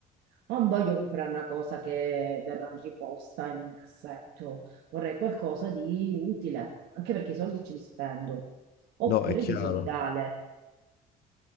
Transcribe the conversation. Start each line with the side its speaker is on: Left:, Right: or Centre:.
Right: non voglio comprare una cosa che verrà riposta in un cassetto, vorrei qualcosa di utile, anche perché i soldi ce li spendo, oppure
Left: no, è chiaro.
Right: di solidale,